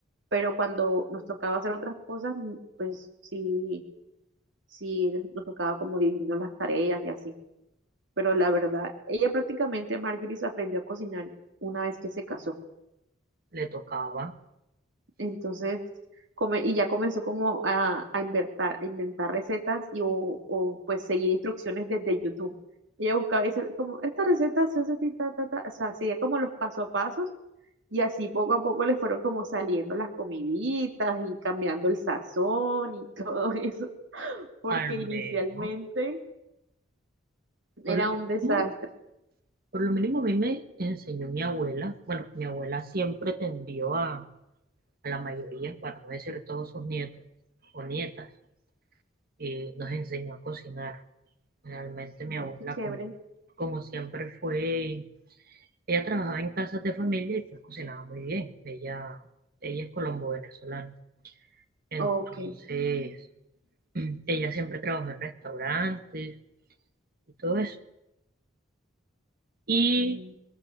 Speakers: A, on the right; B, on the right.
A: Pero cuando nos tocaba hacer otras cosas, mm, pues sí, sí, nos nos tocaba como dividirnos las tareas y así. Pero la verdad, ella prácticamente, Marjorie, se aprendió a cocinar una vez que se casó.
B: Le tocaba,
A: Entonces, come- y ya comenzó como a, a inventar, a inventar recetas y o, o, pues seguir instrucciones desde YouTube. Ella buscaba y decía, como, esta receta se hace así, ta, ta, ta. O sea, hacía como los paso a pasos y así poco a poco le fueron como saliendo las comiditas y cambiando el sazón y <laughs> todo eso, porque
B: al
A: inicialmente
B: menos, por
A: era
B: lo
A: un desastre.
B: mínimo, por lo mínimo a mí me enseñó mi abuela. Bueno, mi abuela siempre tendió a, a la mayoría, para no decir todos sus nietos o nietas, y nos enseñó a cocinar. Realmente mi
A: Ay,
B: abuela,
A: qué chévere.
B: como, como siempre fue, ella trabajaba en casas de familia y pues cocinaba muy bien. Ella, ella es colombo-venezolana. Entonces,
A: Ok.
B: <clears throat> ella siempre trabajó en restaurantes y todo eso. Y
A: mm,